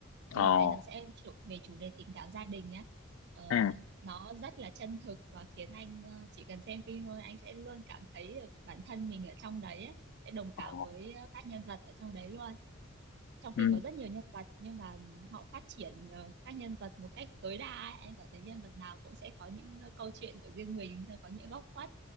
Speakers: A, on the left; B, on the right.
A: ờ
B: phim đấy nó sẽ chủ, về chủ đề tình cảm gia đình nhé ờ,
A: ừ
B: nó rất là chân thực và khiến anh ờ, chỉ cần xem phim thôi anh sẽ luôn cảm thấy được bản thân mình ở trong đấy ấy, sẽ đồng cảm
A: ờ
B: với ờ, các nhân vật ở trong đấy luôn trong
A: ừ
B: phim có rất nhiều nhân vật nhưng mà họ phát triển ờ, các nhân vật một cách tối đa ấy. em cảm thấy nhân vật nào cũng sẽ có những ờ, câu chuyện của riêng mình rồi có những góc khuất